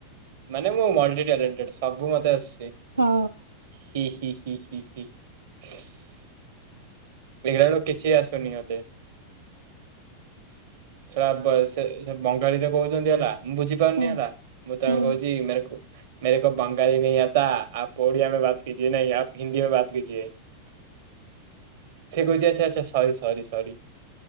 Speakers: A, on the right; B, on the right.
A: ମାନେ, ମୁଁ ମଲଟି ଟ୍ୟାଲେଣ୍ଟେଡ ସବୁ ମତେ ଆଶୁଛି
B: ହଁ
A: ହି ହି ହି ହି ହି। <unintelligible> ଦେଖିଲା ବେଳକୁ କିଛି ଆସୁନି ମୋତେ, ସାବାସ୍। ସେ ବଙ୍ଗାଳୀରେ କହୁଛନ୍ତି ହେଲା, ମୁଁ ବୁଝିପାରୁନି
B: ହୁଁ
A: ହେଲା, ମୁଁ ତାଙ୍କ
B: ହୁଁ।
A: କହୁଛି ମେରେକୋ। ମେରେକୋ ବଙ୍ଗାଳୀ ନଇ ଆତା, ଆପ ଓଡ଼ିଆ ମେ ବାତ କିଯିଏ ନା ୟା ହିନ୍ଦୀ ମେ ବାତ କିଜିଏ। ସେ କହିଛି, ଆଚ୍ଛା, ଆଚ୍ଛା, sorry sorry sorry,